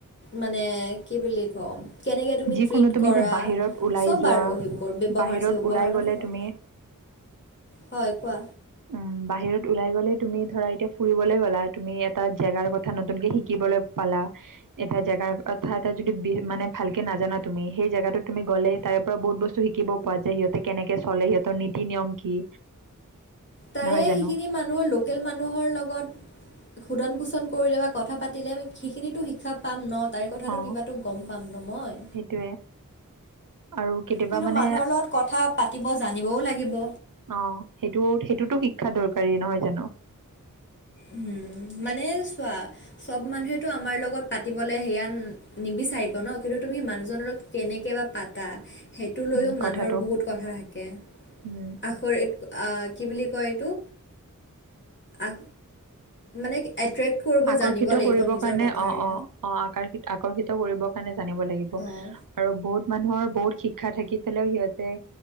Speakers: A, on the left; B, on the right.
A: মানে কি বুলি ক'ম কেনেকে তুমি
B: যিকোনো
A: ট্ৰিট
B: তুমি
A: কৰা
B: এতিয়া বাহিৰত ওলাই
A: চব
B: যোৱা
A: আৰু সেইবোৰ ব্যৱহাৰ
B: বাহিৰত
A: চেৱহাৰ
B: ওলাই
A: মানে
B: গলে
A: চব
B: তুমি <inaudible>
A: হয়, কোৱা
B: উম বাহিৰত ওলাই গ'লে তুমি ধৰা এতিয়া ফুৰিবলৈ গ'লা তুমি এটা জেগাৰ কথা নতুনকে শিকিবলৈ পালা এটা জেগা অৰ্থাৎ এটা যদি বি মানে ভালকৈ নাজানা তুমি সেই জেগাটো তুমি গ'লে তাৰে পৰা বহুত বস্তু শিকিব পোৱা যে সিহঁতে কেনেকৈ চলে সিহঁতৰ নিয়ম কি?
A: তাৰে
B: নহয় জানো
A: সেইখিনি মানুহৰ লোকেল মানুহৰ লগত শোধন পোষণ কৰিলে বা কথা পাতিলে আমি সেইখিনিতো শিক্ষা পাম ন তাইৰ কথাটো
B: অ
A: কিবাটো গম পাম ন মই
B: সেইটোয়ে আৰু কেতিয়াবা
A: কিন্তু
B: মানে
A: মানুহৰ লগত কথা পাতিব জানিবও লাগিব
B: অ', সেইটো সেইটোতো শিক্ষা দৰকাৰী নহয় জানো
A: উম, মানে চোৱা চব মানুহেতটো আমাৰ লগত পাতিবলে সেয়া নিবিচাৰিব ন কিন্তু তুমি মানুহজনৰ লগত কেনেকে বা পাতা সেইটো লৈয়ও
B: উম
A: মানুহৰ
B: কথাটো
A: বহুত কথা থাকে
B: উম
A: আখৰিত কি বুলি কয় এইটো আ মানে
B: আকৰ্ষিত
A: জানিব লাগিব
B: কৰিবৰ
A: নিজৰ
B: কাৰণে
A: কথাৰে
B: অ', অ', অ', আকৰ্ষিত, আকৰ্ষিত কৰিবৰ কাৰণে জানিব লাগিব আৰু
A: অঁ
B: বহুত মানুহৰ বহুত শিক্ষা থাকি পাইও সিহঁতে